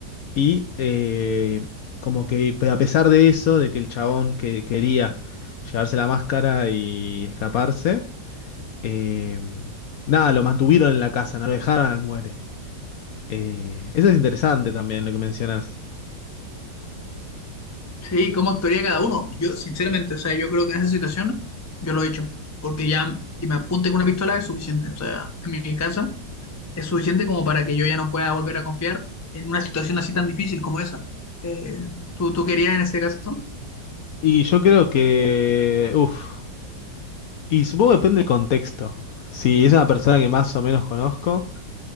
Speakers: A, on the left (about 70°); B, on the left (about 20°).
A: y eh, como que, pero a pesar de eso, de que el chabón que quería llevarse la máscara y escaparse, eh, nada, lo mantuvieron en la casa, no lo dejaron al muere. Eh, eso es interesante también lo que mencionás.
B: Sí, ¿cómo actuaría cada uno? Yo, sinceramente, o sea, yo creo que en esa situación yo lo he hecho. Porque ya que me apunte con una pistola es suficiente. O sea, en mi casa es suficiente como para que yo ya no pueda volver a confiar en una situación así tan difícil como esa. Eh, ¿tú, tú querías en ese caso?
A: Y yo creo que, uff, y supongo que depende del contexto. Si es una persona que más o menos conozco,